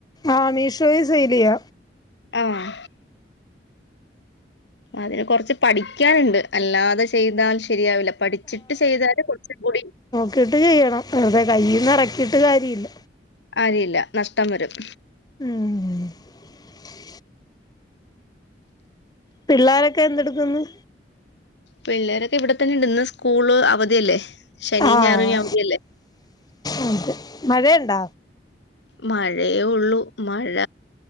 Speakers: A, on the left; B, on the left.
A: ആഹ് മീഷോൽ സെയ്ലെയ്യ
B: ആഹ് അതിന് കൊറ്ച്ച് പഠിക്ക്യാണ്ട് അല്ലാതെ ചെയ്താൽ ശരിയാവില്ല പഠി ചിട്ട് ചെയ്താല് കൊറച് കുടി
A: കിട്ട് ചെയ്യണം അതെ കയ്യീന്നെറക്കീട്ട് കാര്യല്ല
B: ആരിയില്ല നഷ്ടം വരും
A: ഉം പിള്ളാരെക്കെ എന്തെടുക്കുന്നു
B: പിള്ളേരൊക്കെ ഇവിടെ തന്നെണ്ട് ഇന്ന് സ്കൂള് അവധിയല്ലേ ശനീം
A: ആഹ്
B: ഞായറും ഇഞ് അവധിയല്ലേ
A: അതെ മഴയുണ്ടാ
B: മഴയേ ഉള്ളൂ മഴ